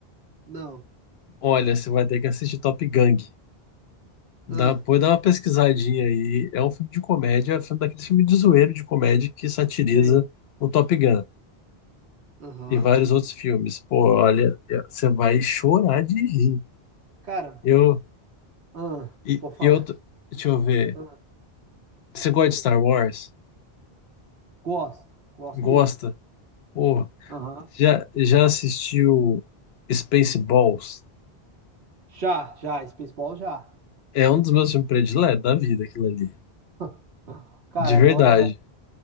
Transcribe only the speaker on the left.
Olha, você vai ter que assistir Top Gang. Dá,
depois dá uma pesquisadinha aí. É um filme de comédia, é um filme daquele filme de zoeiro de comédia que satiriza
o Top Gun
e vários outros filmes. Pô, olha, é- você vai chorar de rir.
Eu,
e,
e eu, t- deixa eu ver.
Você gosta de Star Wars?
Gosta?
Pô,
já, já assistiu Spaceballs?
É um dos meus filmes prediletos da vida, aquilo ali.
De
verdade.